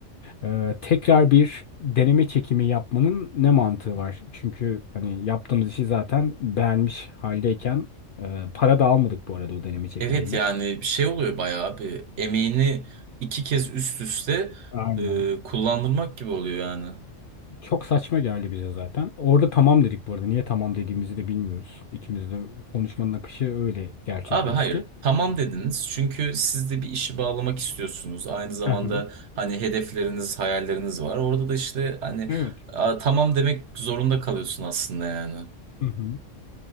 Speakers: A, on the left; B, on the right.
A: Ee, tekrar bir deneme çekimi yapmanın ne mantığı var? Çünkü hani yaptığımız işi zaten beğenmiş haldeyken e, para da almadık bu arada o deneme çekiminden.
B: Evet yani şey oluyor bayağı bir emeğini iki kez üst üste
A: Aynen.
B: e, kullandırmak gibi oluyor yani.
A: Çok saçma geldi bize zaten. Orada tamam dedik bu arada. Niye tamam dediğimizi de bilmiyoruz. İkimiz de konuşmanın akışı öyle gerçekleşti.
B: Abi hayır tamam dediniz çünkü siz de bir işi bağlamak istiyorsunuz. Aynı zamanda
A: Hı hı.
B: hani hedefleriniz, hayalleriniz var. Orada da işte hani
A: Evet.
B: a, tamam demek zorunda kalıyorsun aslında yani.
A: Hı hı.